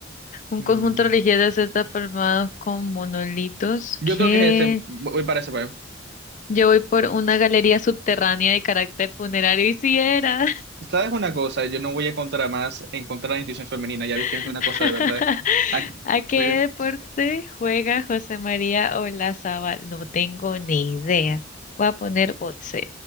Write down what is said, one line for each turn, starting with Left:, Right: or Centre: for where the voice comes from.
Left: un
Right: Mm,
Left: conjunto religioso está formado con monolitos
Right: yo
Left: que
Right: creo que es ese, voy para ese, pues.
Left: Yo voy por una galería subterránea de carácter funerario y si era.
Right: ¿Sabes una cosa? Yo no voy a contra más en contra de la institución femenina, ya vi
Left: <laughs>
Right: que es una cosa de verdad. Ah,
Left: ¿A qué
Right: pues,
Left: deporte juega José María Olazábal? No tengo ni idea. Voy a poner boxeo.